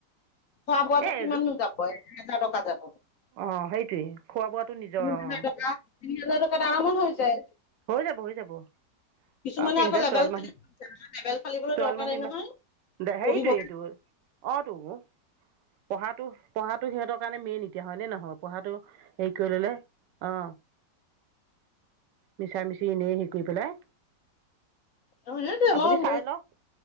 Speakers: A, on the left; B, on the right.
A: খোৱা বোৱা
B: এই
A: কিমাননো যাব একহেজাৰ টকা যাব। তিনি
B: অ' সেইটোৱে খোৱা বোৱাটো নিজৰ অ'
A: হাজাৰ টকা, তিনি হাজাৰ টকা দত হৈ যায়।
B: হৈ যাব হৈ যাব আৰু
A: কিছুমানে
B: সিহঁতেৰ
A: আকৌ লেবেল
B: ছোৱালী
A: ফালি
B: মানুহ।
A: লেবেল ফালিবলৈ
B: ছোৱালীজনী
A: দৰকাৰ নাই নহয়
B: ম
A: পঢ়িব
B: হেৰিটোৱেই তোৰ অ তোক। পঢ়াটো, পঢ়াতো সিহঁতৰ কাৰণে মেইন এতিয়া হয় নে নহয়। অ পঢ়াটো হেৰি কৰি ললে অ। মিছা মিছি এনেই হে কৰি পেলাই।
A: অ' <unintelligible> হিয়
B: আপুনি
A: মন ম
B: চাই লওক